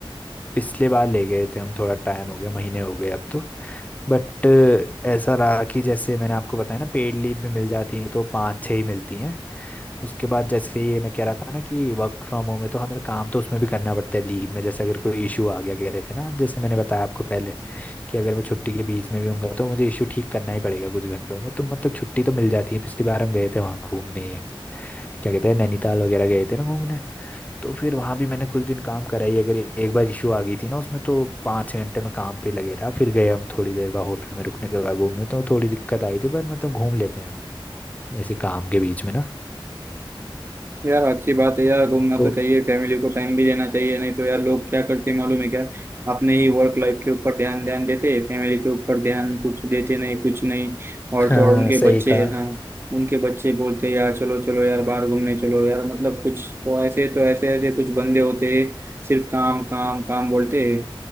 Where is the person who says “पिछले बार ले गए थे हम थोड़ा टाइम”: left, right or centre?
Left